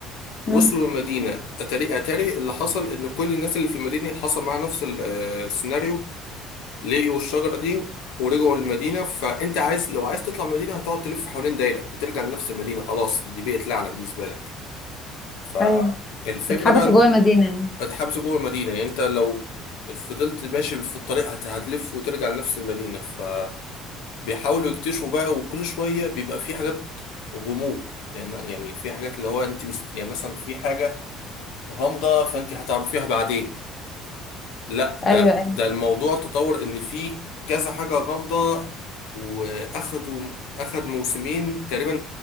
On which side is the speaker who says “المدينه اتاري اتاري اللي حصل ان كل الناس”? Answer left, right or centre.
Left